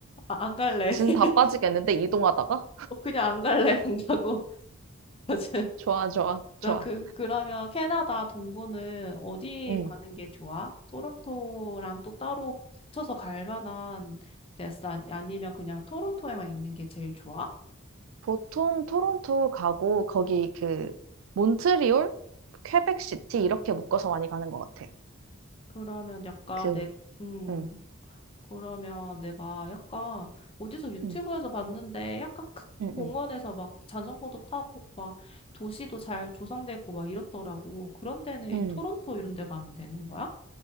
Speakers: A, on the left; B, on the right.
A: 아, 안 갈래.
B: 진
A: <laughs>
B: 다 빠지겠는데 이동하다가?
A: 어, 그냥 안 갈래. 안 가고. <laughs> 맞아.
B: 좋아, 좋아, 좋아.
A: 나 그, 그러면 캐나다 동부는 어디
B: 음,
A: 가는 게 좋아? 토론토랑 또 따로 붙여서 갈 만한 데스 아니- 아니면 그냥 토론토에만 있는 게 제일 좋아?
B: 보통 토론토 가고 거기 그 몬트리올, 퀘벡시티 이렇게 묶어서 많이 가는 것 같아.
A: 그러면 약간
B: 그,
A: 내, 음,
B: 음,
A: 그러면 내가 약간 어디서 유튜브에서
B: 음,
A: 봤는데 약간 큰
B: 음,
A: 공원에서
B: 음,
A: 막 자전거도 타고 막 도시도 잘 조성되고 막 이렇더라고. 그런 데는
B: 음.
A: 이 토론토 이런 데 가면 되는 거야?